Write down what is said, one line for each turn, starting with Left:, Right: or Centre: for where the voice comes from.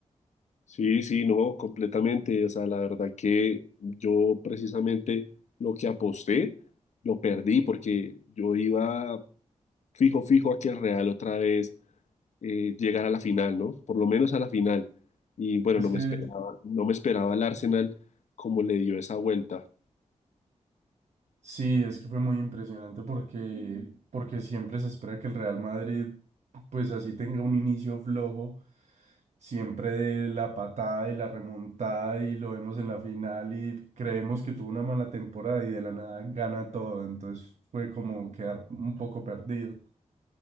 Left: Sí, sí, no, completamente. O sea, la verdad que yo precisamente lo que aposté lo perdí porque yo iba fijo, fijo a que el Real otra vez eh, llegara a la final, ¿no? Por lo menos a la final. Y bueno, no
Right: Es que
Left: me esperaba, no me esperaba el Arsenal como le dio esa vuelta.
Right: Sí, es que fue muy impresionante porque, porque siempre se espera que el Real Madrid, pues así tenga un inicio flojo, siempre de la patada y la remontada y lo vemos en la final y creemos que tuvo una mala temporada y de la nada gana todo, entonces fue como quedar un poco perdido.